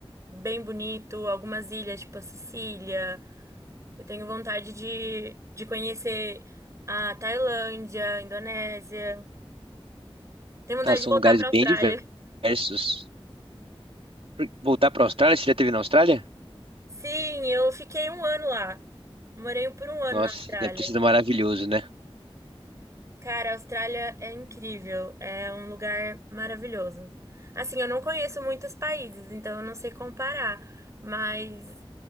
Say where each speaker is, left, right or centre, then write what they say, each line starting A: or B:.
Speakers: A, on the right (about 30°); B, on the right (about 70°).
A: bem bonito, algumas ilhas, tipo a Sicília. Eu tenho vontade de, de conhecer a Tailândia, a Indonésia. Tenho vontade
B: Ah, são
A: de voltar
B: lugares
A: pra
B: bem
A: Austrália.
B: diversos. Por- Voltar para a Austrália? Você já esteve na Austrália?
A: Sim, eu fiquei um ano lá. Morei por um ano
B: Nossa,
A: na Austrália.
B: deve ter sido maravilhoso, né?
A: Cara, a Austrália é incrível, é um lugar maravilhoso. Assim, eu não conheço muitos países, então eu não sei comparar, mas